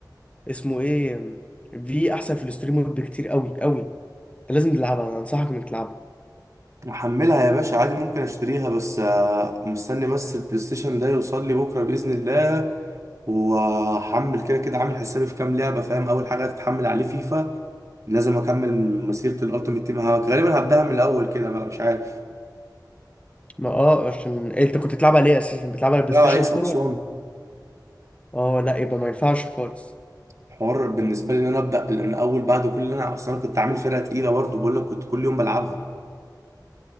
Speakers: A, on the left (about 15°); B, on the right (about 45°).
A: اسمه ايه آم، في احسن في الستريم مود بكتير قوي قوي انت لازم تلعبها انا انصحك انك تلعبها
B: محملها يا باشا عادي ممكن اشتريها بس آه، مستني بس البلاي ستيشن ده يوصل لي بكره باذن الله وهحمل كده كده عامل حسابي في كام لعبه فاهم اول حاجه هتتحمل عليه فيفا لازم اكمل مسيره الالتيميت تيم غالبا هبداها من الاول كده بقى مش عارف
A: ما اه عشان إيه، انت كنت بتلعبها ليه اساسا بتلعبها على بلاي
B: بلعب
A: ستيشن
B: على اكس
A: 4
B: بوكس
A: ولا اه لا يبقى ما ينفعش خالص
B: حوار بالنسبه لي ان انا ابدا من اول بعد كل اللي انا اصلا أنا كنت عامل فرقه تقيله برضه بقول لك كنت كل يوم بلعبها